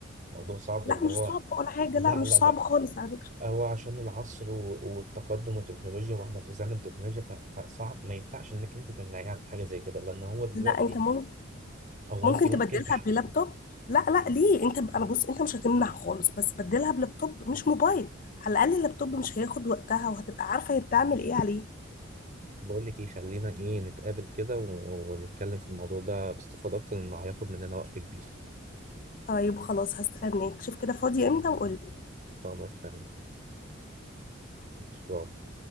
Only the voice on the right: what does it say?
موضوع صعب
اللي
هو
لا
لا
لا
هو عشان العصر و- والتقدم والتكنولوجيا واحنا في زمن تكنولوجيا ف- فصعب ما ينفعش انك انت تمنعي عن حاجه زي كده لان هو دلوقتي
هو
انت ممكن
تح...
بقول لك ايه خلينا ايه نتقابل كده و- ونتكلم في الموضوع ده باستفاضه اكتر لانه هياخد مننا وقت كبير
خلاص تمام ان شاء الله